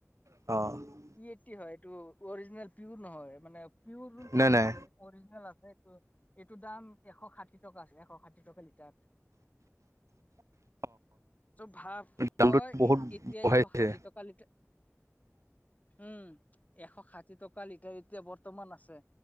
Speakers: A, on the right; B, on the left.
A: অ',
B: ই এইতি হয়, এইটো অৰিজিনেল পিউৰ নহয়। মানে পিওৰ যোনটো
A: নাই
B: হয়
A: নাই
B: অৰিজিনেল আছে এইটো, এইটো দাম এশ ষাঠি টকা আছে। এশ ষাঠি টকা লিটাৰ।
A: <inaudible>
B: চ ভাৱ,
A: দামটো
B: তই
A: বহুত
B: এতিয়া
A: বঢ়াইছে।
B: এশ ষাঠি টকা লিটাৰ, উম্, এশ ষাঠি টকা লিটাৰ এতিয়া বৰ্তমান আছে,